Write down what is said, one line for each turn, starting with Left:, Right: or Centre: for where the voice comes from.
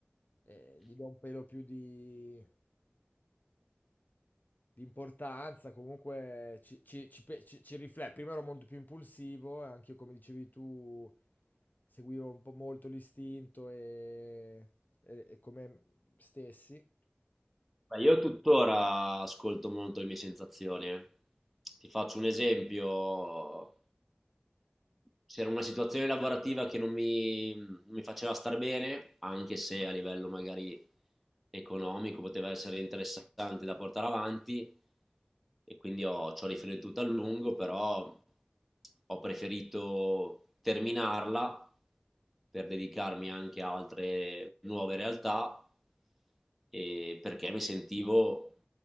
Left: eh, gli do un pelo più di, di importanza, comunque ci, ci, ci pe- ci- ci riflette. Prima ero molto più impulsivo, e anche io, come dicevi tu, seguivo un po' molto l'istinto e, e- e come stessi.
Centre: Ma io tuttora ascolto molto le mie sensazioni, eh. Ti faccio un esempio. c'era una situazione lavorativa che non mi, non mi faceva star bene, anche se a livello magari economico poteva essere interessante da portare avanti e quindi ho- ci ho riflettuto a lungo, però ho preferito terminarla per dedicarmi anche a altre nuove realtà e perché mi sentivo,